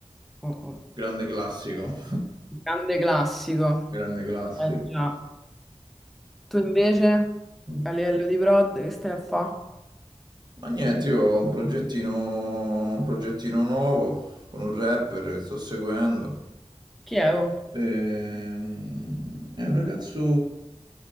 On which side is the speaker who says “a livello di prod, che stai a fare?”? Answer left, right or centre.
Centre